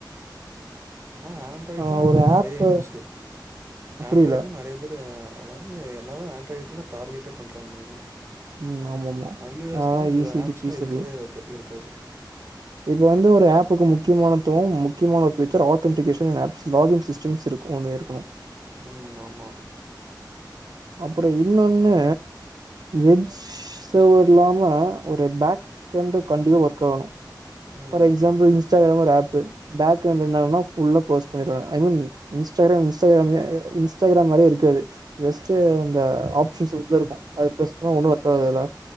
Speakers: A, on the right (about 35°); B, on the right (about 60°).
A: ஆஹ் ஆண்ட்ராய்டு
B: ஆ
A: தா ஆனா
B: ஒரு
A: நிறைய
B: ஆப்பு
A: யூஸ் ஆண்ட்ராய்டு
B: புரியல
A: தா நிறைய பேரு அது எல்லாரு ஆண்ட்ராடு தா டார்கெட் பண்ணறாங்க மெயினா
B: ம் ஆமா ஆமா
A: ஐ ஓ எஸ்குலா
B: ஆ
A: சில
B: ஈஸிலி
A: ஆப்ஸ்
B: பீஸபிள்
A: எல்லா இருக்கவே இருக்க இருக்காது
B: இப்ப வந்து ஒரு ஆப்புக்கு முக்கியமானத்துவம் முக்கியமான ஒரு ஃபூச்சர் ஆத்தன்டிகேஷன் ஆப்ஸ் லாகிங் சிஸ்டம்ஸ் இருக்கணும்
A: உம் ஆமா
B: அப்புறம் இன்னொன்னு எட்ஜ் சவர் இல்லாம ஒரு பேக்ண்ட கண்டிப்பா ஒர்க் ஆகணும்
A: ம்
B: பர் எக்ஸாபிள் இன்ஸ்டாகிராம ஒரு ஆப் பேக்கென்ட் இருந்தாங்க ஃபுல்லா குளோஸ் பன்னிருவ ஐ மீன் இன்ஸ்டாகிராம் இன்ஸ்டாகிராமையே இன்ஸ்டாகிராம் மாறியே இருக்காது ஜஸ்ட் இந்த ஆப்ஷன்ஸ் உள்ள இருக்கும் அத பிரஸ் பண்ண ஒண்ணும் ஒர்க் ஆகுதுல்ல